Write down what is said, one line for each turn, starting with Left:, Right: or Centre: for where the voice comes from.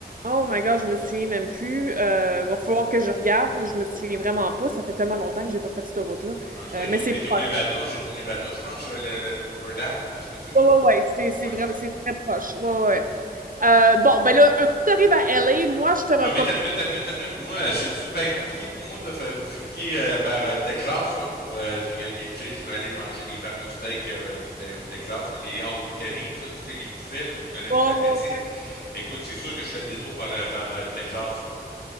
Right: Oh my God, je me souviens même plus. Euh, va falloir que je regarde. Je me souviens vraiment pas. Ça fait tellement longtemps que j'ai pas fait cette route-là.
Left: En tout cas,
Right: Euh,
Left: elle est
Right: mais
Left: au,
Right: c'est
Left: elle est
Right: proche.
Left: au Nevada, c'est au Nevada, je pense, le, le, le Overdam. Ça se peut-tu?
Right: Ouais, ouais, ouais. C'est, c'est
Left: Ouais,
Right: vraiment,
Left: c'est ça.
Right: c'est très proche. Ouais, ouais. ouais. Euh, bon, ben là, un coup que t'arrives à LA, moi, je te recommande
Left: Non, mais ta minute, ta minute, ta minute. Moi, euh, c'est-tu bien compliqué pour moi de fa- bifurquer euh, par euh, le Texas, là, pour, euh, j'y- euh, tu sais, je veux aller manger les fameux steaks euh, du Te- au Texas, là, les all you can eat, là, tu sais, les buffets, là, tu me connais
Right: pas.
Left: mon appétit.
Right: ouais, ouais. ouais.
Left: Écoute, c'est sûr que je fais le détour par le, par euh, le Texas, là.